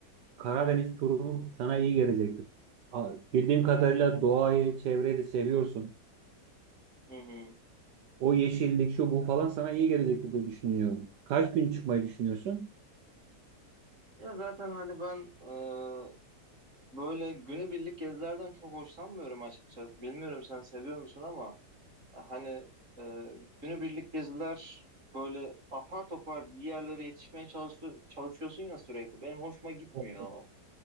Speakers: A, on the right (about 80°); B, on the right (about 50°).
A: Karadeniz turu sana iyi gelecektir. A- Bildiğim kadarıyla doğayı, çevreyi de seviyorsun.
B: Hı hı.
A: O yeşillik, şu bu falan sana iyi gelecektir diye düşünüyorum. Kaç gün çıkmayı düşünüyorsun?
B: Ya zaten hani ben ıı, böyle günübirlik gezilerden çok hoşlanmıyorum açıkçası. Bilmiyorum sen seviyor musun ama e, hani ıı, günübirlik geziler böyle apar topar bir yerlere yetişmeye çalışıyor, çalışıyorsun ya sürekli. Benim hoşuma gitmiyor.
A: Evet,